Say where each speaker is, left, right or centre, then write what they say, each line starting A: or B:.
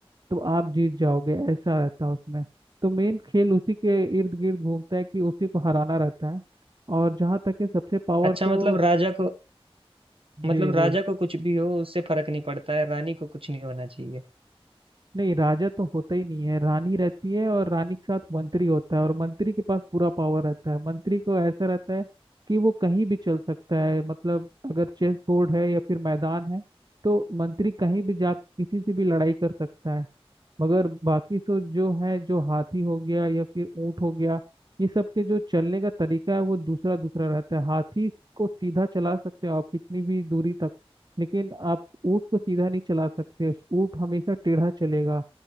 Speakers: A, on the right; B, on the right.
A: तो आप जीत जाओगे ऐसा रहता है उसमें तो मेन खेल उसी के इर्द गिर्द घूमता है कि उसी को हराना रहता है और जहाँ तक है सबसे पावर
B: अच्छा
A: तो
B: मतलब राजा को मतलब
A: जी जी
B: राजा को कुछ भी हो उससे फर्क नहीं पड़ता है रानी को कुछ नहीं होना चाहिए
A: नहीं राजा तो होता ही नहीं है रानी रहती है और रानी के साथ मंत्री होता है और मंत्री के पास पूरा पावर रहता है मंत्री को ऐसा रहता है कि वो कहीं भी चल सकता है मतलब अगर चेस बोर्ड है या फिर मैदान है तो मंत्री कहीं भी जा किसी से भी लड़ाई कर सकता है मगर बाकी तो जो है जो हाथी हो गया या फिर ऊंट हो गया ये सब के जो चलने का तरीका है वो दूसरा दूसरा रहता है हाथी को सीधा चला सकते हो आप कितनी भी दूरी तक लेकिन आप ऊँट को सीधा नहीं चला सकते ऊँट हमेशा टेढ़ा चलेगा